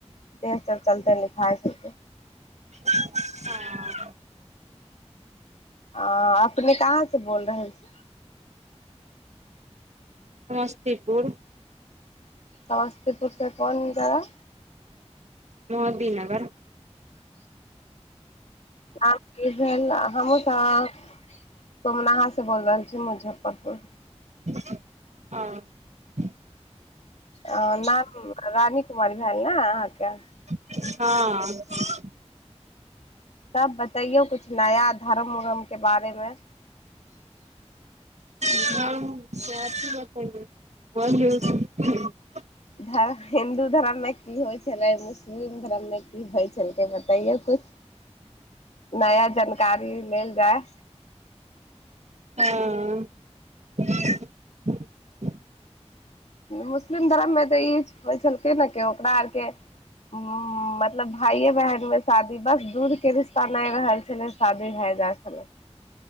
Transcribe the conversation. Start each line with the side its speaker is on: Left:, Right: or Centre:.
Left: छै ते चलते लिखाइै
Right: ओ
Left: आ अपने कहाँ से बोल रहल छी
Right: समस्तीपुर
Left: तब समस्तीपुर सँ कोन जगह
Right: मोहदी नगर
Left: आप किधर हमहू त सोमनाहा से बोल रहल छी मुजफ्फरपुर
Right: हँ
Left: अ नाम रानी कुमारी भेल नहि अहाँके
Right: हँ
Left: तब बतैयो कुछ नया धर्म उरम के बाद तय लेल
Right: <unintelligible>
Left: धम हिन्दू धर्म मे की होइ छलै मुस्लिम धर्म मे की होइ छलै बतैयो कुछ नया जानकारी लेल जाय
Right: हँ
Left: मुस्लिम धर्ममे तऽ ई होइ छलकै ने के ओकरा आरके ह्म्म मतलब भाइए बहन मे शादी बस दूध के रिश्ता नहि रहल छलै शादी भए जाइ छलै